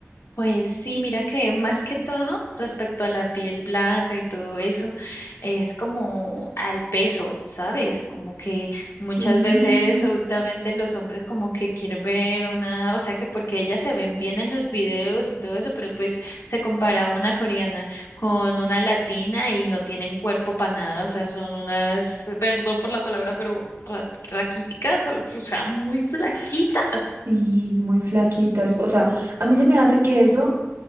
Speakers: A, on the left; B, on the right.
A: Pues sí, mira que más que todo respecto a la piel blanca y todo eso, es como al peso, ¿sabes? Como que muchas
B: Sí,
A: veces últimamente los hombres como que quieren ver una, o sea que porque ellas se ven bien en los videos y todo eso, pero pues se compara una coreana con una latina y no tienen cuerpo para nada, o sea, son unas, perdón por la palabra, pero ra- raquíticas, o sea, muy flaquitas.
B: sí, muy flaquitas. O sea, a mí se me hace que eso.